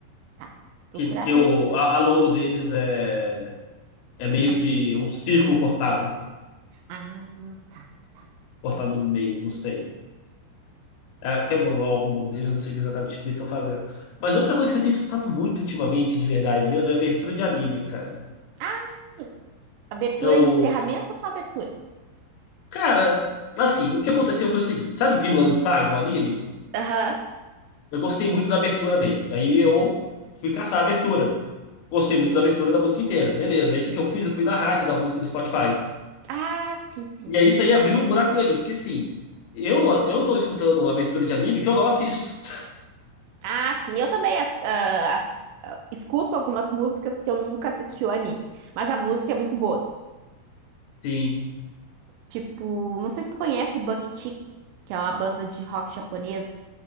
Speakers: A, on the right; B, on the left.
A: Tá. Vou
B: Que,
A: procurar
B: que
A: também.
B: o, a, a logo deles é, é meio
A: É uma estrela.
B: que um círculo cortado,
A: Ah, tá, tá. Entendi.
B: cortado no meio, não sei. Ah, que é o novo é o álbum novo deles, eu não sei exatamente o que eles estão fazendo. Mas outra coisa que eu tenho escutado muito ultimamente, de verdade mesmo, é abertura de anime, cara.
A: Ah, sim. Abertura
B: Eu.
A: e encerramento ou só abertura?
B: Cara, assim, o que aconteceu foi o seguinte: sabe Vinland Saga, o anime?
A: Aham.
B: Eu gostei muito da abertura dele. Aí eu fui caçar a abertura. Gostei muito da abertura da música inteira. Beleza. Aí o que que eu fiz? Eu fui na rádio da música do Spotify.
A: Ah, sim, sim.
B: E aí isso aí abriu um buraco negro, porque sim, eu, eu tô escutando abertura de anime que eu não assisto. <laughs>
A: Ah, sim. Eu também as- ah, as- ah, escuto algumas músicas que eu nunca assisti o anime, mas a música é muito boa.
B: Sim.
A: Tipo, não sei se tu conhece o Buckchick, que é uma banda de rock japonesa.